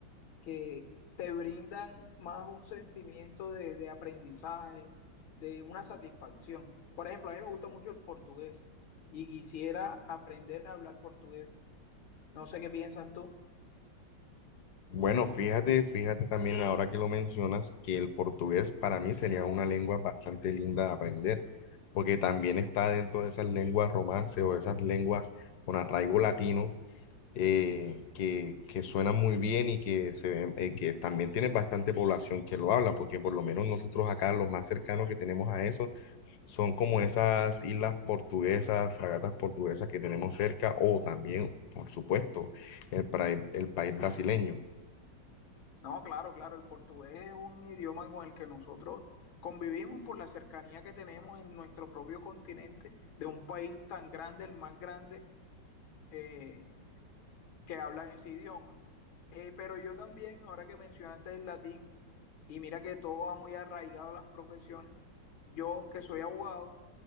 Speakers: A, on the left (about 85°); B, on the left (about 65°).
A: que te brindan más un sentimiento de, de aprendizaje, de una satisfacción. Por ejemplo, a mí me gusta mucho el portugués y quisiera aprender a hablar portugués. No sé qué piensas tú.
B: Bueno, fíjate, fíjate también ahora que lo mencionas, que el portugués para mí sería una lengua bastante linda de aprender, porque también está dentro de esas lenguas romance o esas lenguas con arraigo latino eh, que, que suenan muy bien y que, se, ven- eh, que también tienen bastante población que lo habla, porque por lo menos nosotros acá lo más cercano que tenemos a eso son como esas islas portuguesas, fragatas portuguesas que tenemos cerca, o también, por supuesto, el, pra- el país brasileño.
A: No, claro, claro, el portugués es un idioma con el que nosotros convivimos por la cercanía que tenemos en nuestro propio continente de un país tan grande, el más grande eh, que hablan ese idioma. Eh, pero yo también, ahora que mencionaste el latín, y mira que todo va muy arraigado a las profesiones, yo que soy abogado,